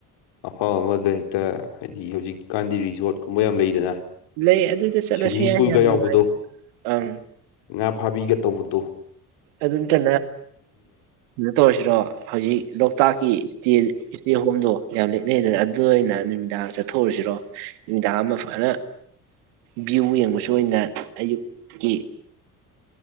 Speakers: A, on the left; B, on the right.
A: ꯑꯐꯥꯎ ꯑꯃꯗ ꯍꯦꯛꯇ ꯍꯥꯏꯗꯤ ꯍꯧꯖꯤꯛꯀꯤ ꯀꯥꯟꯗꯤ ꯔꯤꯖꯣꯔꯠ ꯀꯨꯝꯕ ꯌꯥꯝ ꯂꯩꯗꯅ
B: ꯂꯩ ꯑꯗꯨꯗ ꯆꯠꯂꯁꯨ
A: ꯁ꯭ꯋꯤꯃꯤꯡ
B: ꯌꯥꯏ
A: ꯄꯨꯜꯒ
B: ꯌꯥꯝ ꯅꯨꯡꯉꯥꯏ
A: ꯌꯥꯎꯕꯗꯣ
B: ꯑꯪ
A: ꯉꯥ ꯐꯥꯕꯤꯒ ꯇꯧꯕꯗ
B: ꯑꯗꯨ ꯑꯗꯨ ꯀ ꯅꯠꯇ ꯑꯣꯏꯁꯤꯔꯣ ꯍꯧꯖꯤꯛ ꯂꯣꯛꯇꯥꯛꯀꯤ ꯏꯁꯇꯦ ꯏꯁꯇꯦ ꯍꯣꯝꯗꯣ ꯌꯥꯝ ꯂꯛꯅꯩꯗꯅ ꯑꯗꯨ ꯑꯣꯏꯅ ꯅꯨꯃꯤꯗꯥꯡ ꯆꯠꯊꯣꯛꯎꯔꯤꯁꯤꯔꯣ ꯅꯨꯃꯤꯗꯥꯡ ꯑꯃ ꯐꯖꯅ ꯚ꯭ꯌꯨ ꯌꯦꯡꯕꯁꯨ ꯑꯣꯏꯅ ꯑꯌꯨꯛꯀꯤ